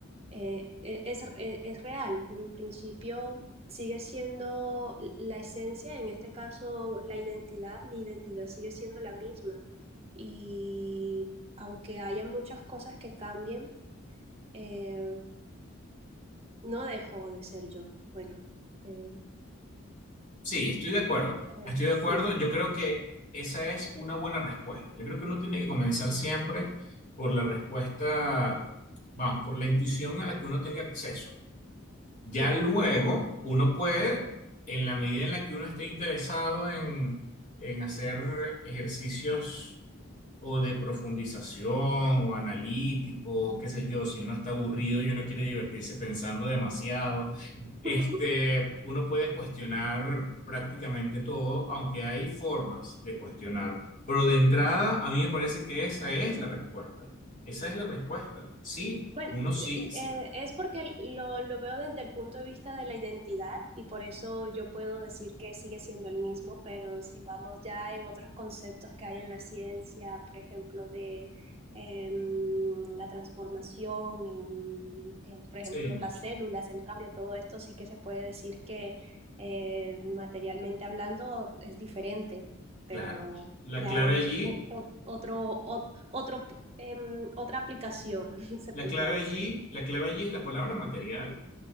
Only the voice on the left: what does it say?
Sí, estoy de acuerdo.
Estoy de
acuerdo. Yo creo que esa es una buena respuesta. Yo creo que uno tiene que comenzar siempre por la respuesta, vamos, por la intuición a la que uno tenga acceso. Ya
luego uno puede, en la medida en la que uno esté interesado en, en hacer ejercicios o de profundización o analítico, o qué sé yo, si uno está aburrido y uno quiere divertirse pensando demasiado,
este, uno puede cuestionar prácticamente todo, aunque hay formas de cuestionar. Pero de entrada, a mí me parece que esa es la respuesta. Esa es la respuesta. Sí,
uno sí,
sí,
sí,
claro. La
clave
allí,
la
clave
allí, la clave allí es la palabra material.